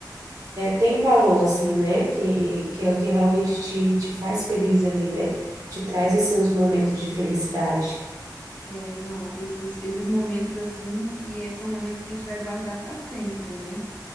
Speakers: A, on the right (about 50°); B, on the left (about 20°).
A: tem valor, assim, né? Que, que é o que realmente te, te faz feliz ali, né? Te traz, assim, os momentos de felicidade.
B: É, não, esses, esses momentos assim, e é- são momentos que a gente vai guardar pra sempre, né?